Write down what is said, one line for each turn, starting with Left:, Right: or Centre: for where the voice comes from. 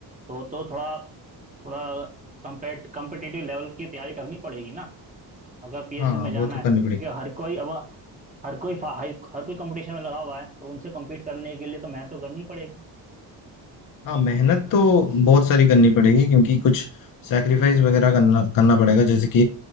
Right: तो तो थोड़ा थोड़ा कम्पेट कम्पिटिटिव लेवल की तैयारी करनी पड़ेगी ना अगर पीएसयू
Left: हाँ
Right: में जाना
Left: वो तो
Right: है
Left: करनी
Right: क्योंकि
Left: पड़ेगी
Right: हर कोई अब हर कोई फा- हाई- हर कोई कंपटीशन में लगा हुआ है तो उनसे कम्पीट करने के लिए तो मेहनत तो करनी पड़ेगी
Left: हाँ मेहनत तो बहुत सारी करनी पड़ेगी क्योंकि कुछ सैक्रिफाइस
Right: हम्म,
Left: वगैरह करना
Right: हम्म।
Left: करना पड़ेगा जैसे कि